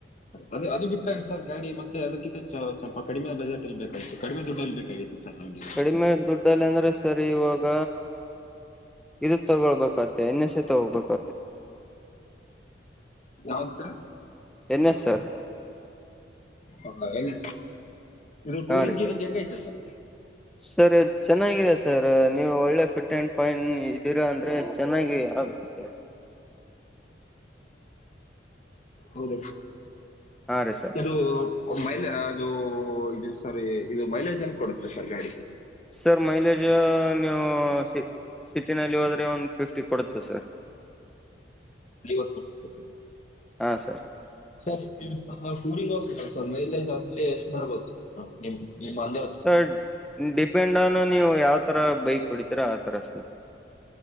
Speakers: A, on the left; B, in the centre.
A: ಅದ ಅದದು ಬಿಟ್ಟಾಗೆ ಸರ್ ಗಾಡಿ ಮತ್ತೆ ಅದಕ್ಕಿಂತ ಸ್ವಲ್ಪ ಕಡಿಮೆ ಬಜೆಟ್ ಅಲ್ಲಿ ಬೇಕಾಗಿತ್ತು ಕಡಿಮೆ ದುಡ್ಡಲ್ಲಿ ಬೇಕಾಗಿತ್ತು ಸರ್ ನಮಗೆ
B: ಕಡಿಮೆ ದುಡ್ಡಲ್ಲ ಅಂದ್ರೆ ಸರಿ ಇವಾಗ ಇದು ತಗೊಳ್ಬೇಕಾದ ನ ಶತ ಉಬತ
A: ಯಾವ್ದ ಸರ್
B: ಎನ್ನ ಸರ್
A: ಹಂದಾವಲ್ಲ ಇದು ಟೂರ್
B: ಹಾ
A: ಹಿಂಗೀರಿ
B: ರೀ ಸರ್
A: ಹಿಂಗಗೆ ಹೆಂಗ ಐತೆ ಸರ್
B: ಸರ್ ಇದು ಚೆನ್ನಾಗಿದೆ ಸರ್ ನೀವು ಒಳ್ಳೆ ಫಿಟ್ ಅಂಡ್ ಫೈನ್ ಇದೀರಾ ಅಂದ್ರೆ ಚೆನ್ನಾಗಿ ಆಗುತ್ತೆ ಸರ್
A: ಹೌದ
B: ಹಾ ರೀ ಸರ್
A: ಕೆದು ಮೈಲ ಅದು ಇದು ಸರ್ ಇದು ಮೈಲೇಜ್ ಹೆಂಗ ಕೊಡುತ್ತೆ ಸರ್ ಗಾಡಿ
B: ಸರ್ ಮಹಿಲೇಶ್ ನೀವು ಸಿಟಿನಲ್ಲಿ ಹೋದ್ರೆ ಒಂದು ಫಿಫ್ಟಿ ಕೊಡುತ್ತೆ ಸರ್
A: ವತ್ತು ಕೊಟ್ಟ ಸ
B: ಹಾ ಸರ್
A: ಸರಿ ಶೂಡಿಂಗ್ ಹೋಗ್ತ ಸರ್ ಮೈಲೈ್ ಅಲ್ಲಿ ಎಷ್ಟು ಬರ್ಬೋದು ಸರ್ ನಾವು ನಿಮ್ ನಿಮ್ಮ ಅಂದಾಜು
B: ಸ
A: ಸರ್
B: ಡಿಪೆಂಡ್ ಆನ್ ನೀವು ಯಾವ್ದ ಆ ತರ ಬೈಕ್ ಹೊಡಿತೀರ ಆ ತರಸ